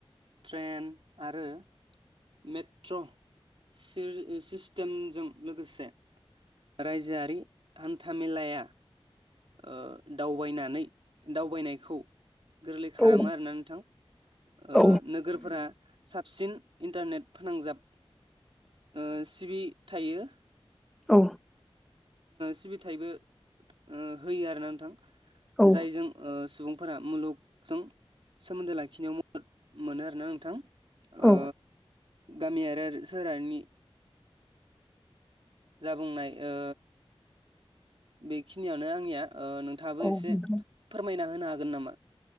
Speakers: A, on the right (about 65°); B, in the centre.
A: ट्रेन आरो मेट्र' सिस-सिस्टेमजों लोगोसे रायजोआरि हान्थामेेलाया। ओ दावबायनानै दावबायनायखौ गोरलै खालामो
B: औ
A: आरोना नोंथां। ओ
B: औ
A: नोगोरफोरा साबसिन इन्टारनेट फोनांजाब ओ सिबि थायो।
B: औ।
A: सिबिथायबो ओ होयो आरोना नोंथां
B: औ
A: जायजों ओ सुबुं <unintelligible> मुलुगजों सोमोन्दो लाखिनायाव मदद मोनो आरोना नोंथां।
B: औ
A: ओ गामियारि सोहोरानि जा बुंनाय ओ बेखिनियानो आंनिया ओ नोंथाङाबो
B: औ
A: एसे
B: नोंथां
A: फोरमाय ना होनो हागोन नामा?